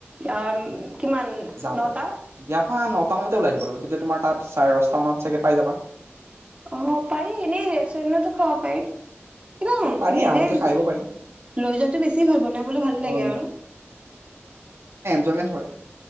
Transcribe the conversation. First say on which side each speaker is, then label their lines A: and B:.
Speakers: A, on the right; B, on the right.
A: অ কিমান
B: যাওঁতে
A: নটা।
B: ইয়াৰ পৰা নটা মানতে ওলাই দিব লাগিব তেতিয়া তোমাৰ তাত চাৰে দহটামানত মানে চাগৈ পাই যাবা
A: অ পাৰি এনেই ৰেষ্টুৰেণ্টতো খাব পাৰি। একদম
B: অ পাৰি
A: নিজেই
B: আহোতে খাই
A: লৈ
B: আহিব পাৰি
A: যোৱাটো বেছি ভাল বনাবলে ভাল
B: অ
A: লাগে আৰু
B: জয়মেট হয়